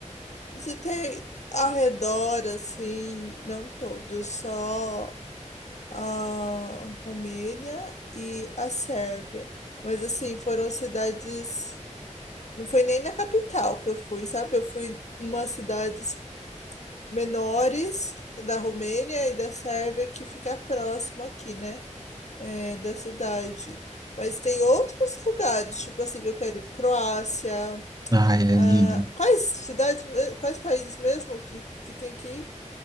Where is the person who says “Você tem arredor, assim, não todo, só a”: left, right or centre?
Left